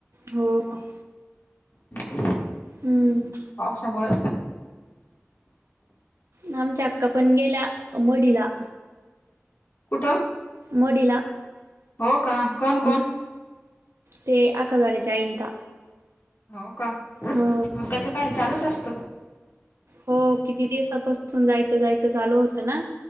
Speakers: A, on the right; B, on the left.
A: हो का.
B: हो <unintelligible>
A: हम्म.
B: पावसामुळं
A: आमच्या आक्का पण गेल्या, अ मढीला.
B: कुठं?
A: मडीला.
B: हो का. कोण
A: हम्म,
B: कोण
A: ते आका जाळेचे आईंता.
B: हो का मग
A: हो
B: आकाच काय चालूच असत.
A: हो किती दिवसापासून जायचं जायचं चालू होतं ना.